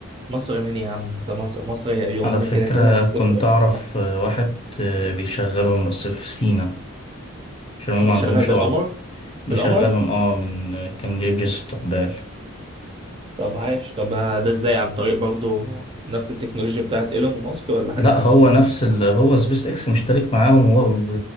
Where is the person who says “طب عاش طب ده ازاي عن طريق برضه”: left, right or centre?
Right